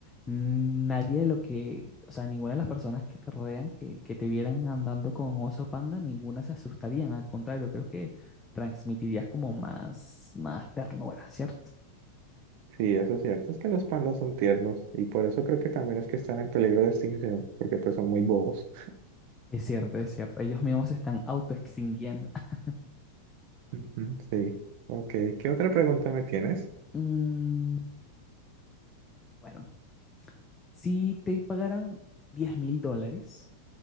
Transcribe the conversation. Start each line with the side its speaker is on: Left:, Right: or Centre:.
Left: nadie de lo que, o sea, ninguna de las personas que te rodean, que, que te vieran andando con oso panda, ninguna se asustarían, al contrario, creo que transmitirías como más, más ternura, ¿cierto?
Right: Sí, eso es cierto, es que los pandas son tiernos y por eso creo que también es que están en peligro de extinción, porque pues son muy bobos.
Left: Es cierto, es cierto, ellos mismos se están autoextinguiendo. <laughs>
Right: Ujú, sí, ok. ¿Qué otra pregunta me tienes?
Left: Mm, bueno, si te pagaran diez mil dólares